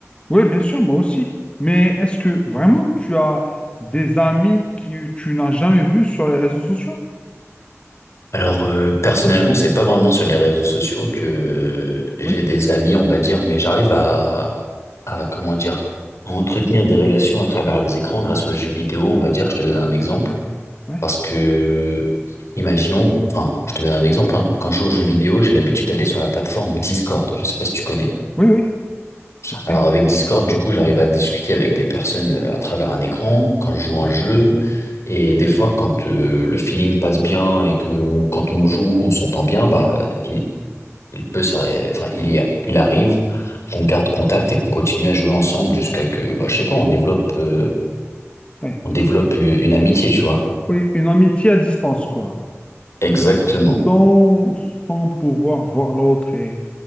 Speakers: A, on the left; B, on the left.
A: Oui, bien sûr, moi aussi. Mais est-ce que vraiment tu as des amis que tu n'as jamais vus sur les réseaux sociaux?
B: Alors, euh, personnellement, c'est pas vraiment sur les réseaux sociaux que j'ai
A: Oui,
B: des amis, on va dire, mais j'arrive à, à, comment dire, à entretenir des relations à travers les écrans grâce aux jeux vidéo, on va dire. Je te donne un exemple.
A: oui,
B: Parce que, imaginons, enfin, je te donne un exemple, hein. Quand je joue aux jeux vidéo, j'ai l'habitude d'aller sur la plateforme Discord. Je sais pas si tu connais.
A: oui, oui. Ok,
B: Alors avec Discord, du coup, j'arrive à discuter avec des personnes euh, à travers un écran quand je joue
A: oui,
B: à un jeu. Et
A: ok.
B: des fois, quand euh, le feeling passe bien et que on- quand on joue, on s'entend bien, bah il, il peut s'arrêter. Enfin, il y a- il arrive qu'on garde contact et qu'on continue à jouer ensemble jusqu'à que, bah, je sais pas, on développe, euh,
A: Oui,
B: on développe euh, une amitié, tu vois.
A: Oui, une amitié à distance, quoi.
B: Exactement,
A: Sans, sans pouvoir voir l'autre et